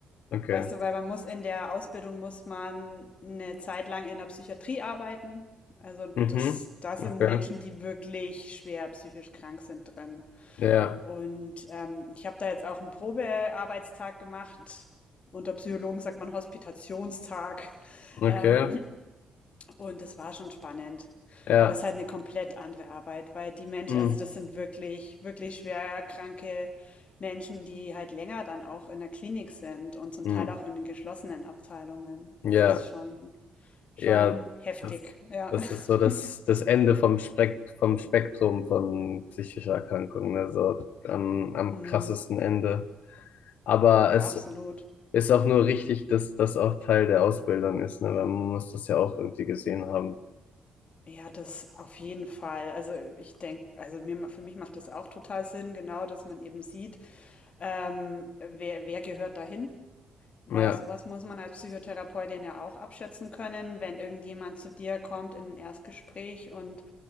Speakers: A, on the left; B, on the left.
A: Okay.
B: weißt du, weil man muss in der Ausbildung muss man eine Zeit lang in der Psychiatrie arbeiten. Also das,
A: Mhm.
B: da sind
A: Okay.
B: Menschen, die wirklich schwer psychisch krank sind drin.
A: Ja.
B: Und, ähm, ich habe da jetzt auch 'n Probearbeitstag gemacht. Unter Psychologen sagt man Hospitationstag. <laughs>
A: Okay.
B: Ähm, und das war schon spannend.
A: Ja.
B: Aber es ist halt eine komplett andere Arbeit, weil die Menschen,
A: Mhm.
B: also, das sind wirklich, wirklich schwer kranke Menschen, die halt länger dann auch in der Klinik sind und zum
A: Mhm.
B: Teil auch in den geschlossenen Abteilungen.
A: Ja.
B: Das ist schon schon
A: Ja.
B: heftig,
A: Das,
B: ja.
A: das ist
B: <laughs>
A: so das, das Ende vom Spek vom Spektrum von psychischer Erkrankungen. Also am, am
B: Mhm.
A: krassesten Ende. Aber
B: Ja,
A: es
B: absolut.
A: ist auch nur richtig, dass das auch Teil der Ausbildung ist, ne? Weil man muss das ja auch irgendwie gesehen haben.
B: Ja, das auf jeden Fall. Also ich denke, also mir, für mich macht das auch total Sinn, genau, dass man eben sieht, ähm, wer, wer gehört dahin? Weil
A: Ja.
B: sowas muss man als Psychotherapeutin ja auch abschätzen können, wenn irgendjemand zu dir kommt in ein Erstgespräch und